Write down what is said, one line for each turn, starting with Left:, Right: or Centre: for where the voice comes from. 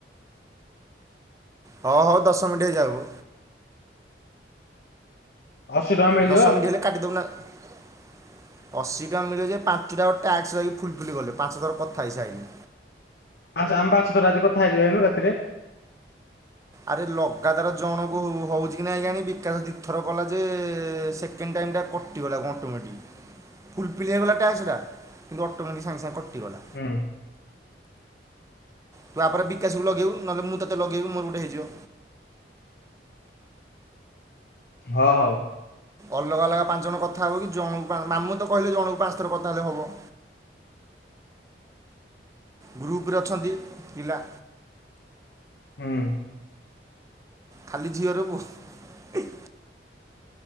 Right: ହଁ ହଁ ଦଶ ମିନିଟ୍ ହେଇଯାଉ।
Left: ଅଶୀ ଟଙ୍କା ମିଳିଯିବ।
Right: ଦଶ ମିନିଟ୍ ହେଲେ କାଟିଦେବୁ ନା ଅଶୀ ଟଙ୍କ ମିଳିବ ଯେ ପାଞ୍ଚଟାଙ୍କ ଟାସ୍କ ଫୁଲ ଫୁଲି ଗଲେ ପାଞ୍ଚ ଥର କଥା ହେଇସାଇଲେ।
Left: ପାଞ୍ଚ ଆମେ ପାଞ୍ଚ ଥର ଆଜି କଥା ହେଇଯିବା ଏନୁ ରାତିରେ।
Right: ଆରେ ଲଗାତାର ଜଣକୁ ହଉଛି କି ନାଇଁ କିଆଣି? ବିକାଶ ଦିଥର କଲା ଯେ ସେକେଣ୍ଡ ଟାଇମ ଟା କଟିଗଲା ଅଟୋମେଟିକ, ଫୁଲ ଫିଲ ହେଇଗଲା ଟାସ୍କ ଟା କିନ୍ତୁ ଅଟୋମେଟିକ ସାଙ୍ଗେ ସାଙ୍ଗେ କଟିଗଲା।
Left: ହୁଁ।
Right: ତୁ ଆପରେ ବିକାଶକୁ ଲଗେଇବୁ ନହେଲେ ମୁଁ ତତେ ଲଗେଇବି ମୋର ଗୋଟେ ହେଇଯିବ।
Left: ହଁ ହଉ।
Right: ଅଲଗା ଅଲଗା ପାଞ୍ଚ ଜଣ କଥା ହବ କି ଜଣଙ୍କୁ, ମାମୁଁ ତ କହିଲେ ଜଣଙ୍କୁ ପାଞ୍ଚ ଥର କଥା ହେଲେ ହବ। ଗ୍ରୁପରେ ଅଛନ୍ତି ପିଲା।
Left: ହୁଁ।
Right: ଖାଲି ଝିଅର <unintelligible>